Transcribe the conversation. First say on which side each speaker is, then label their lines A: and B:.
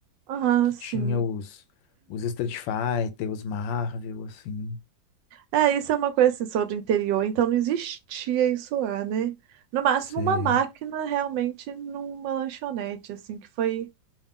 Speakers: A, on the right; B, on the left.
A: Ah,
B: Que
A: sim.
B: tinha os, os Street Fighter, os Marvel, assim.
A: É, isso é uma coisa assim, sou do interior, então não existia isso lá, né? No máximo
B: Sei.
A: uma máquina realmente numa lanchonete, assim, que foi